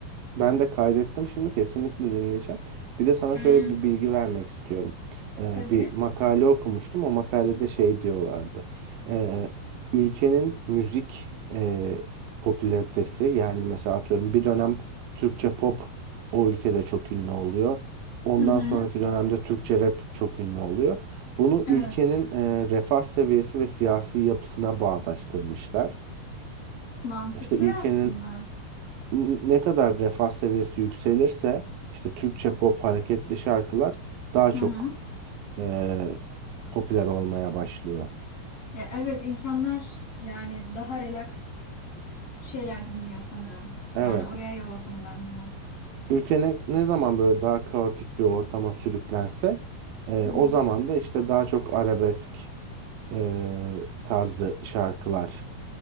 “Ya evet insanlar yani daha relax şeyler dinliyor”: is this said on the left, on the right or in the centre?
Left